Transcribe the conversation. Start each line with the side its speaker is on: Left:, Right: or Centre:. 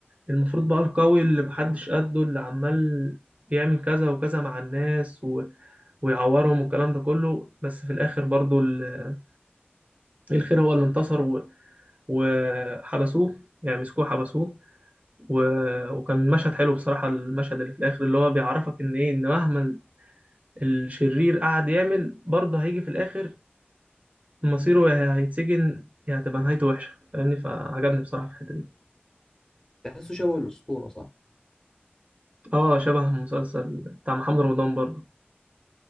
Right: المفروض بقى القوي اللي محدش قده اللي عمال يعمل كذا وكذا مع الناس و... ويعورهم والكلام ده كله بس في الآخر برضو ال- الخير هو اللي انتصر و... وحبسوه يعني مسكوه حبسوه و... وكان مشهد حلو بصراحة المشهد اللي في الآخر اللي هو بيعرفك إن إيه إن مهما الشرير قعد يعمل برضه هيجي في الآخر مصيره يا هيتسجن يا هتبقى نهايته وحشة فاهمني فعجبني بصراحة في الحتة دي
Left: تحسه شبه الاسطوره صح
Right: اه شبه مسلسل بتاع محمد رمضان برضه